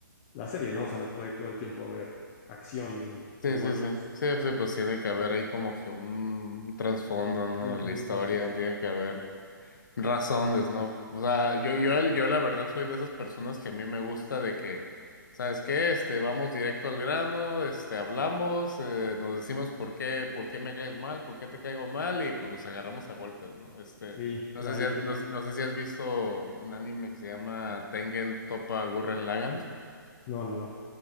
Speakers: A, on the left; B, on the left.
A: la serie, ¿no? O sea, no puede todo el tiempo haber acción y,
B: Sí,
A: y golpes.
B: sí, sí. Sí, sí, pues tiene que haber ahí como que un, un trasfondo, ¿no?
A: Sí,
B: De la
A: un
B: historia,
A: break, exacto.
B: tiene que haber. Razones, ¿no? O sea, yo, yo, yo la verdad soy de esas personas que a mí me gusta de que, ¿sabes qué? Este, vamos directo al grano, este, hablamos, eh, nos decimos por qué, por qué me caes mal, por qué te caigo mal, y pues nos agarramos a golpes, ¿no? Este,
A: Sí,
B: no
A: de
B: sé
A: ahí
B: si has,
A: que...
B: no, no sé si has visto un anime que se llama Tengen Toppa Gurren Lagann.
A: No, no, no.